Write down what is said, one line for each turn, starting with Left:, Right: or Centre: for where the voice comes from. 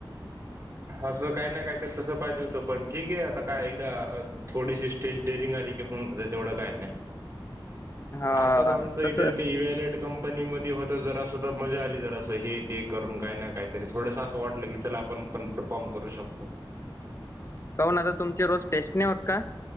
Right: असं काही नाही काही तसं पाहिजे होतं पण ठीक आहे आता काय एकदा थोडीशी स्टेज डेअरिंग आली की होउन तेवढं काय नाही
Left: हा
Right: आताच आमच
Left: तस
Right: इथे
Left: हा
Right: ते इवल कंपनीमध्ये होत जर असं तर मजा आली जर असं हे ते करून काय ना काय तरी थोडस असं वाटलं की चला आपण पण परफॉर्म करू शकतो.
Left: कहून आता तुमचे रोज टेस्ट नाही होत का.